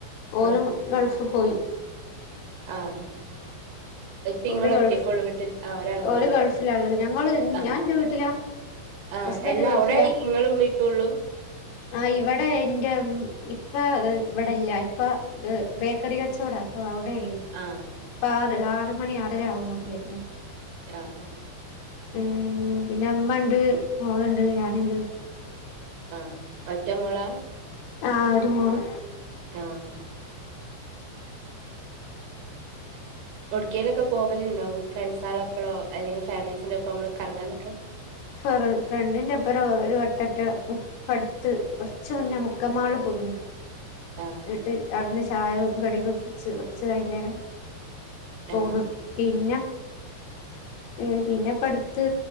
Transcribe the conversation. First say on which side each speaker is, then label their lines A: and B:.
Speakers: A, on the left; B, on the right.
A: ഒര്
B: ആ
A: ഗൾഫ് പോയി
B: ആഹ് ഇപ്പൊ ഇങ്ങൾ
A: ഓല്
B: ഒറ്റക്ക്
A: ഗൾഫ്
B: ഒളു വീടിൽ ആഹ് ഒരാളണ്ടല്ലേ
A: ഓല് ഗൾഫിലാള്ളത് ഞങ്ങള്
B: ആഹ്
A: ഞാൻ എന്റെ വീട്ടിലാ
B: ആഹ്
A: ഹസ്ബൻഡ്
B: എല്ലാ
A: ഗൾഫിലാ
B: അവ്ടെ ഇങ്ങളും ഇമ്മി ഇപ്പി ഉള്ളൂ
A: ആ ഇവിട എൻറെ ഇപ്പ ഇവിടില്ല ഇപ്പ ബേക്കറി കച്ചവടാ അപ്പൊ അവിടെഅല്ലെ
B: ആഹാ
A: ഇപ്പ ആറ് ആറ് മണി ആറര ആവും ഇങ്ങോട്ട് വര്ന്നെ
B: ആഹാ
A: മ്മ്മ് പിന്നെ അമ്മ ഇണ്ട് മോള്ണ്ട് ഞാന്ണ്ട്
B: ആ ഒറ്റമോളാ
A: ആ ഒരു മോള്
B: ആഹാ ഒടക്കെലൊക്കെ പോവലുണ്ടോ ഫ്രണ്ട്സാളപ്പഴോ അല്ലെങ്കിൽ ഫാമിലീസിന്റെ ഒപ്പം നമ്മള് കറങ്ങാനൊക്കെ
A: ഫറ് ഫ്രണ്ടിന്റെ അപ്പരം ഒരു വട്ടറ്റ ഇപ്പ അടുത്ത് കുറച്ച് മുന്നെ മുക്കമാള് പോയിന്
B: ആ
A: എന്നിട്ട് അവട്ന്ന് ചായയും കടിയൊക്കെ കുടിച്ച് കുടിച്ച് കഴിഞ്ഞേരം പോന്ന്
B: ആ
A: പിന്ന ഉം പിന്ന ഇപ്പ അടുത്ത്